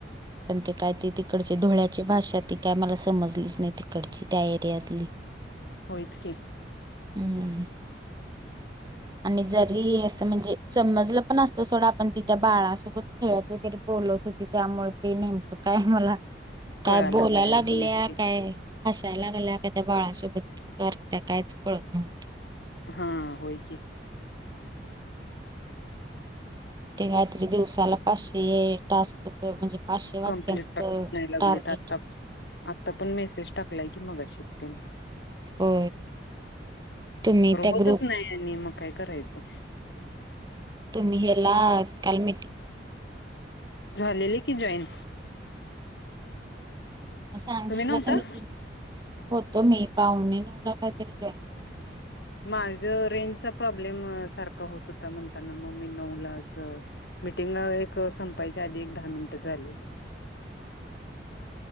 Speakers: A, on the right (about 25°); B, on the left (about 65°).
A: पण ते काय ते तिकडचे धुळ्याची भाषा ती काय मला समजलीच नाही तिकडची, त्या एरियातली.
B: होयच की?
A: हम्म. आणि जरी, असं म्हणजे समजलं पण असतं सोडा पण ती त्या बाळासोबत खेळत वगैरे बोलत होती त्यामुळे ते नेमकं काय मला, काय
B: कळालं
A: बोलाय
B: नाही
A: लागल्या
B: होयच की
A: काय हसायला गल्या का त्या बाळसोबत कर त्या कायच कळत नव्हत
B: हा होय क
A: हम् ते कात्री दिवसाला पाचशे टास्क म्हणजे पाचशे वाक्यांचं
B: कंप्लीट नाही लागले
A: टार्गेट
B: आ आता पण मेसेज टाकलाय की मग अ शतेने
A: हो तुम्ही
B: खरं
A: त्या
B: होतच
A: ग्रुप
B: नाही आणि मग काय करायचं
A: तुम्ही हे कलमट
B: झालेले की जॉईन
A: म सांगशला
B: तुम्ही नव्हता
A: क मी तू हो तो मे पावणे नऊ ला काहीतरी जॉईन झाले
B: माझ रेंजचा प्रॉब्लेम सारखा होत होता म्हणताना मग मी नवलाचं मीटिंग एक संपायच्या आधी एक दहा मिनिट झालेली
A: हम्